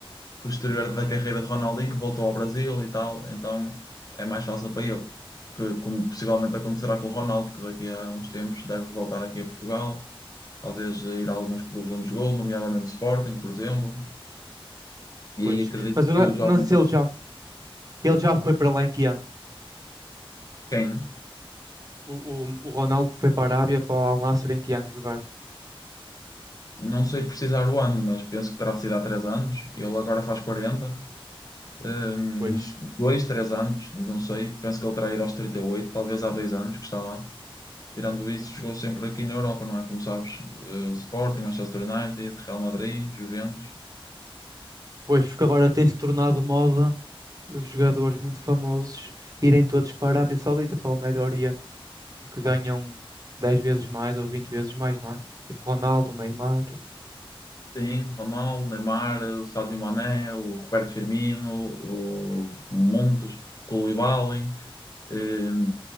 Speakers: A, on the left; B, on the right.
A: posterior da carreira de Ronaldinho, que voltou ao Brasil e tal, então é mais fácil para ele, que, como possivelmente acontecerá com o Ronaldo, que daqui a uns tempos deve voltar aqui a Portugal, talvez ir a alguns clubes onde jogou, nomeadamente Sporting, por exemplo,
B: Pois.
A: e aí acredito
B: Mas, o-
A: que os jovens,
B: mas ele já, ele já foi para lá em que ano?
A: quem?
B: O, o, o Ronaldo foi para a Arábia, para o Al Nassr, em que ano jogar?
A: Não sei precisar o ano, mas penso que terá sido há 3 anos, ele agora faz quarenta, Hum,
B: Pois.
A: não sei, dois, três anos, não sei. Penso que ele terá ido aos 38, talvez há dois anos que está lá. Tirando isso, jogou sempre aqui na Europa, não é? Como sabes, eh, Sporting, Manchester United, Real Madrid, Juventus.
B: Pois, porque agora tem-se tornado moda os jogadores muito famosos irem todos para a Arábia Saudita, para o Médio Oriente, que ganham 10 vezes mais ou 20 vezes mais, não é? Tipo Ronaldo, Neymar.
A: Sim, Ronaldo, Neymar, o Sadio Mané, o Roberto Firmino, o Montes, o Koulibaly, eh,